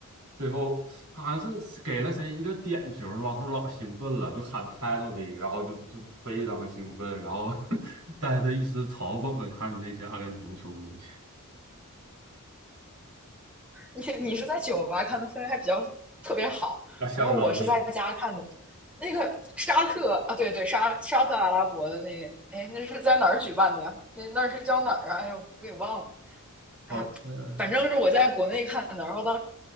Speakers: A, on the right; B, in the centre.
A: 最后好像是给了谁一个点球，老头儿老兴奋了，就喊 t i t l e 的，然后就就非常兴奋，然后 <laughs> 带着一丝嘲讽的看着那些阿根廷球迷，
B: 你你是在酒吧看的，氛围还比较特别好，
A: 那相当好。
B: 然后我是在家看的。那个沙特啊，对对，沙沙特阿拉伯的那个，哎，那是在哪儿举办的呀？那那是叫哪儿啊？哎呦，我给忘了。哎呀，
A: 好，呃，
B: 反正是我在国内看的，然后当